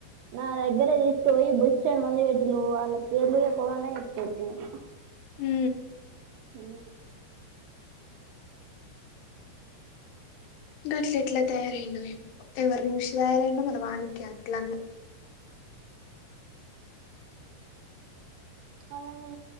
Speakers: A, on the right; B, on the left.
A: నా దగ్గరే తీసుకపోయి బొచ్చెడు మంది పెటిల్లు వాళ్ళ పేర్లు చెప్పమన్న చెపేత నేను
B: హ
A: హ
B: గట్లెట్లా తయారైండో ఏమో ఎవరిని చూషి తయారైండో మరి వానికే అట్లానో
A: మళ్ళ మీ